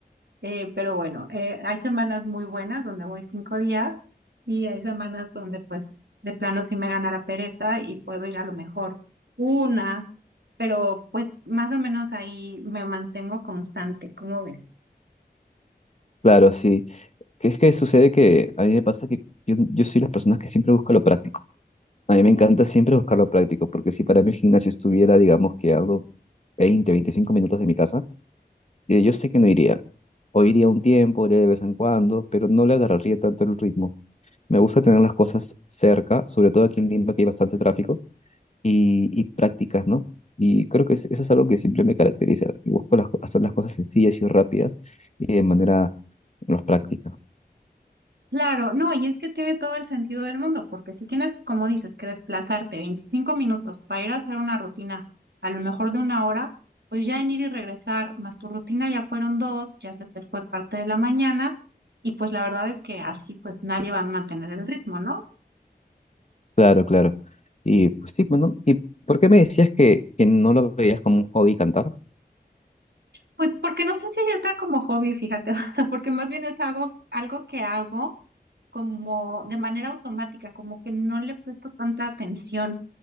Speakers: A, on the right; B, on the left.
A: Eh, pero bueno, eh, hay semanas muy buenas donde voy cinco días y hay semanas donde pues de plano sí me gana la pereza y puedo ir a lo mejor una, pero pues más o menos ahí me mantengo constante, ¿cómo ves?
B: Claro, sí. Que es que sucede que a mí me pasa que yo, yo soy las personas que siempre busca lo práctico. A mí me encanta siempre buscar lo práctico, porque si para mí el gimnasio estuviera, digamos, que a unos 20 25 minutos de mi casa, eh, yo sé que no iría. O iría un tiempo, iría de vez en cuando, pero no le agarraría tanto el ritmo. Me gusta tener las cosas cerca, sobre todo aquí en Lima que hay bastante tráfico y, y prácticas, ¿no? Y creo que es- eso es algo que siempre me caracteriza. Y busco las co- hacer las cosas sencillas y rápidas y de manera más práctica.
A: Claro, no, y es que tiene todo el sentido del mundo, porque si tienes, como dices, que desplazarte 25 minutos para ir a hacer una rutina, a lo mejor de una hora, pues ya en ir y regresar, más tu rutina ya fueron dos, ya se te fue parte de la mañana, y pues la verdad es que así pues nadie va a mantener el ritmo, ¿no?
B: Claro, claro. Y pues sí, bueno, ¿y por qué me decías que, que no lo veías como un hobby cantar?
A: Pues porque no sé si entra como hobby, fíjate, <laughs> o sea, porque más bien es algo, algo que hago como de manera automática, como que no le presto tanta atención.